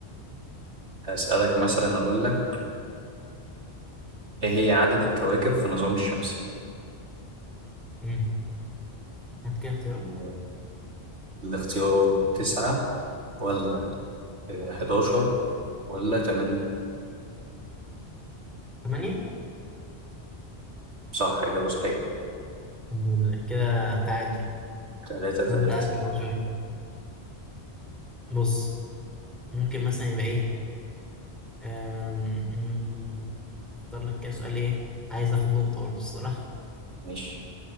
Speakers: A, on the right (about 80°); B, in the centre.
A: هسألك مثلا أقول لك إيه هي عدد الكواكب في النظام الشمسي؟
B: امم هات كده اختيارات
A: آه، الاختيارات تسعة ولا آه، 11 ولا 8
B: ثمانية
A: صح إجابة صحيحة
B: ال- كده تعادل
A: تلاتة تلاتة
B: ببدأ أرجع أهو شوية بص ممكن مثلا يبقى إيه أم، أم، أختار لك كده سؤال إيه عايز آخد نقطة برضه الصراحة
A: ماشي